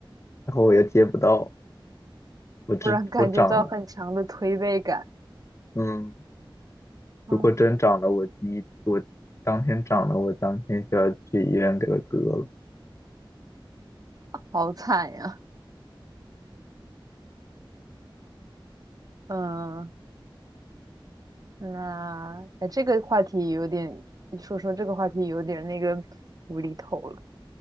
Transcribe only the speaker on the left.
然后我又接不到。我只我长了，
嗯，
如果真长了，我第一我当天长了，我当天就要去医院给它割了。